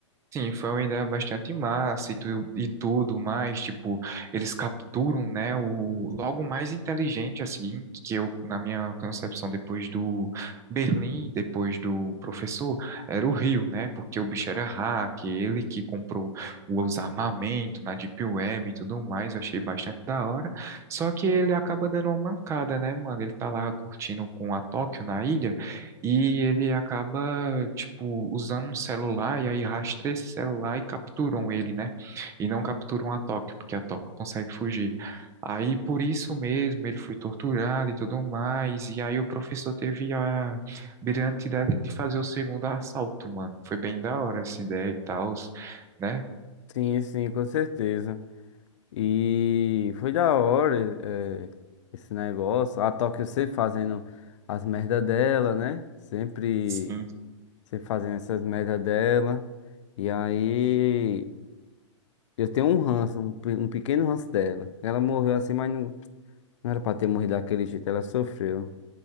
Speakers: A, on the right; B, on the left.
A: Sim, foi uma ideia bastante massa e, tu, e tudo mais, tipo, eles capturam, né, o logo mais inteligente, assim, que eu, na minha concepção, depois do Berlim, depois do professor, era o Rio, né, porque o bicho era hack, ele que comprou os armamentos na Deep Web e tudo mais, eu achei bastante da hora, só que ele acaba dando uma mancada, né, mano, ele tá lá curtindo com a Tóquio na ilha, e ele acaba, tipo, usando um celular e aí rastreia esse celular e capturam ele, né? E não capturam a Tóquio, porque a Tóquio consegue fugir. Aí por isso mesmo ele foi torturado e tudo mais. E aí o professor teve a brilhante ideia de fazer o segundo assalto, mano. Foi bem da hora essa ideia e tal, né?
B: Sim, sim, com certeza. E foi da hora, é, esse negócio. A Tóquio sempre fazendo as merda dela, né? Sempre,
A: Sim,
B: sempre fazendo essas merda dela. E aí eu tenho um ranço, um, pe- um pequeno ranço dela. Ela morreu assim, mas não, não era pra ter morrido daquele jeito, ela sofreu.